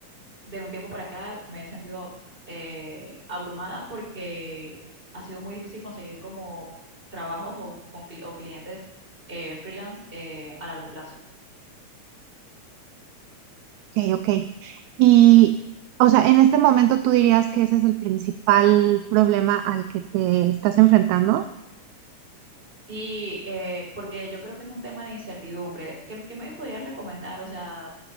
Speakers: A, on the right; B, on the right.
A: de un tiempo para acá me he sentido eh, abrumada porque ha sido muy difícil conseguir como trabajos o, o cli- o clientes eh, freelance eh, a largo plazo.
B: Ok, ok. Y, o sea, en este momento tú dirías que ese es el principal problema al que te estás enfrentando.
A: Sí, eh, porque yo creo que es un tema de incertidumbre. ¿Qué, qué me podrías recomendar? O sea,